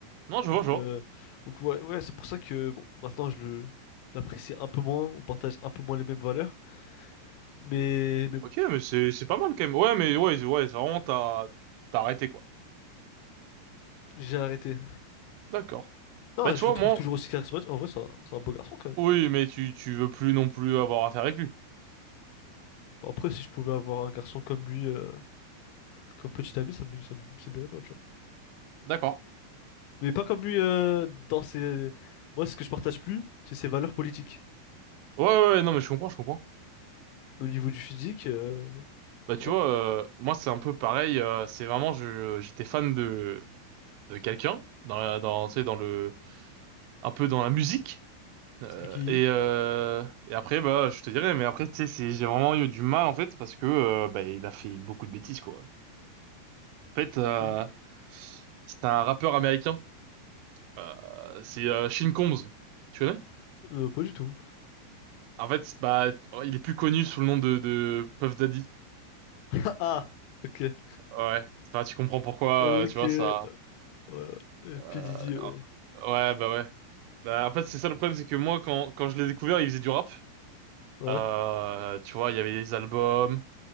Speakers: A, on the right (about 85°); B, on the left (about 80°).
A: Non, je vois,
B: Donc,
A: je vois.
B: euh, donc ouais, ouais, c'est pour ça que, bon, maintenant, je le. je l'apprécie un peu moins, on partage un peu moins les mêmes valeurs, mais, mais bon,
A: Ok, mais c'est, c'est pas mal quand même. Ouais, mais ouais, c'est- ouais, c'est vraiment, t'as, t'as arrêté, quoi.
B: j'ai arrêté.
A: D'accord.
B: Non,
A: Bah, tu
B: je
A: vois,
B: le trouve
A: moi,
B: toujours aussi charismatique. En vrai, c'est un, c'est un beau garçon, quand même.
A: oui, mais tu, tu veux plus non plus avoir affaire avec lui.
B: Bon, Après, si je pouvais avoir un garçon comme lui, euh, comme petit ami, ça me, ça me- ça m'irait bien, bon, tu vois.
A: D'accord.
B: Mais pas comme lui euh, dans ses... Moi, ce que je partage plus, c'est ses valeurs politiques.
A: Ouais, ouais, ouais, non, mais je comprends, je comprends.
B: Au niveau du physique, euh,
A: Bah, tu
B: voilà.
A: vois, euh, moi, c'est un peu pareil, euh, c'est vraiment, je, j'étais fan de, de quelqu'un, dans la, dans, tu sais, dans le, un peu dans la musique. Euh,
B: C'était qui?
A: et, euh, et après, bah, je te dirais, mais après, tu sais, c'est- j'ai vraiment eu du mal, en fait, parce que, euh, bah, il a fait beaucoup de bêtises, quoi. En fait, euh,
B: <laughs>
A: c'est un rappeur américain. Euh, c'est euh, Sean Combs. Tu connais?
B: Euh, pas du tout.
A: En fait, bah, il est plus connu sous le nom de, de Puff Daddy.
B: <laughs> Ah! Ok.
A: Ouais. Enfin, tu comprends pourquoi,
B: Ok.
A: euh, tu vois,
B: Ouais.
A: ça.
B: Euh,
A: euh,
B: P. Diddy, ouais.
A: ouais, bah ouais. Bah, en fait, c'est ça le problème, c'est que moi, quand, quand je l'ai découvert, il faisait du rap.
B: Ouais.
A: Euh, tu vois, il y avait les albums.